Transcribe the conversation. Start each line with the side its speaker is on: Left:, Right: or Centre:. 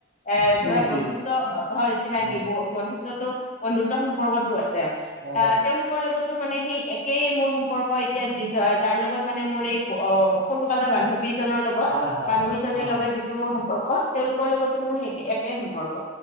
Left: এ
Right: চিনাকি
Left: ধৰা বন্ধুত্ব, হয় চিনাকি
Right: অ
Left: বন্ধুত্বতো, বন্ধুত্ব সম্পৰ্কত টোআছে।
Right: হয়
Left: আহ তেওঁলোকৰ লগতো মানে সেই একেই মোৰ সম্পৰ্ক এতিয়া যি, যাৰ লগত মানে মোৰ এই অ', সৰুকালৰ বান্ধ বী জনৰ লগত,
Right: হয় হয় হয়
Left: বান্ধৱীজনীৰ
Right: অ
Left: লগত যিটো মোৰ সম্পৰ্ক তেওঁলোকৰ লগতো মোৰ সেই একে সম্পৰ্ক।